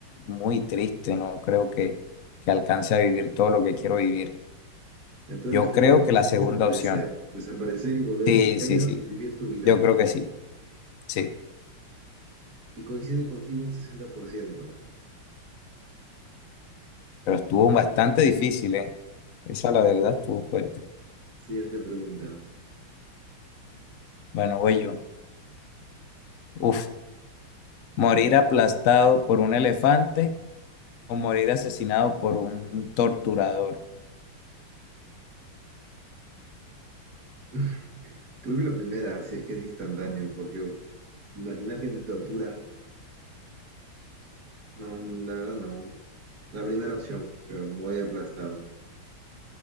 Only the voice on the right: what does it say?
Entonces
prefieres
desaparecer,
desaparecer y volver
20
años
y vivir tu vida.
Y coincide contigo un 60%.
Siguiente pregunta.
<laughs> Creo que la primera, si es que es instantáneo, porque imaginar que te torturan, no, la verdad no. La primera opción, pero muy aplastado.